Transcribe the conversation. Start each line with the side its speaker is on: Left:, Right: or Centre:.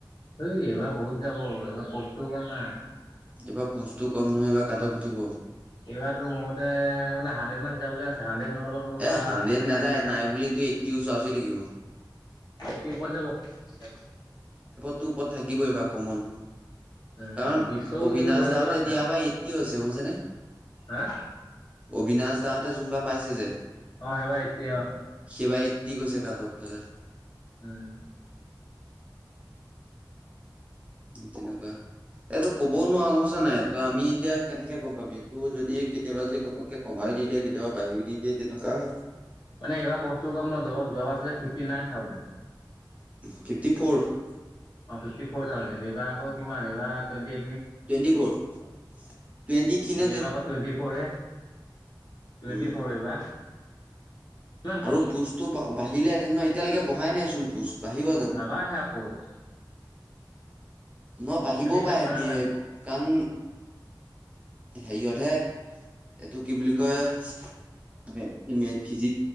Left: ঐ এইবাৰ বহুত যাব এইবাৰ, এইবাৰ পোষ্টটো কম না।
Right: এইবাৰ পোষ্টটো কম নহয় কাটোফ উঠিব।
Left: এইবাৰো মোৰ মতে মানে, হাণ্ড্ৰেড মান যাবলৈ আছে। হাণ্ড্ৰেড নহ'লেতো
Right: এ হাড্ৰেড
Left: মানে
Right: নাযায়,
Left: নাইনটি ফাইভ
Right: নাই বুলি ত' এইট্টি ওচৰা ওচৰি থাকিব।
Left: এইট্ৰিৰ ওপৰত যাব।
Right: টো ওপৰত থাকিবই বা কমন।
Left: উম
Right: কাৰণ
Left: বিশও
Right: অবিনাশ
Left: কিন্তু হৈ যাবলৈ
Right: দাহঁতে
Left: আছে
Right: দিয়া
Left: আৰু
Right: বা এইট্টি হৈছে শুনিছেনে,
Left: হা
Right: অবিনাশ দাহঁতে যোনবাৰ পাইছে যে,
Left: অ সেইবাৰ এতিয়া
Right: সেইবাৰ এইট্টি গৈছে কাটঅফ <unintelligible>
Left: উম
Right: তেনেকুৱা। এইটো ক'বও নোৱাৰো ছানে, নে, ত' আমি এতিয়া, কেনেকে গম পাবি? তোৰ যদি কেতিয়াবা যদি ঘপককে কমাইও দি দিয়ে, কেতিয়াবা বাঢ়িও দি দিয়ে তেনেকুৱা হয়।
Left: মানে এইবাৰ পোষ্টটো কম ন, যোৱা যোৱাবা ইবাৰ fifty nine thousand.
Right: Fifty four.
Left: অ ফিফটি ফ'ৰ থাউজেন, ্ড এইবাৰ আকৌ কিমান, এইবাৰ twenty
Right: twenty for. <unintelligible> Twenty three
Left: ত'
Right: নে
Left: এইবাৰ আকৌ টুৱেণ্টি ফৰ হে, টুৱেণ্টি
Right: উম
Left: ফৰ এইবাৰ। কিমান
Right: আৰু
Left: কম
Right: পোষ্টটো বাহি দিলেহেঁতেন ন এতিয়ালেকে, বহাই নাই চোন পোষ্ট। বাঢ়িব জানো
Left: নাবাহে আৰু পোষ্ট।
Right: ন বাহিবও
Left: চেভেনত
Right: পাৰে দিয়ে,
Left: বাঢ়িব।
Right: কাৰণ হেৰিয়তহে, এইটো কি বুলি কয় এ ইমেক ফিজি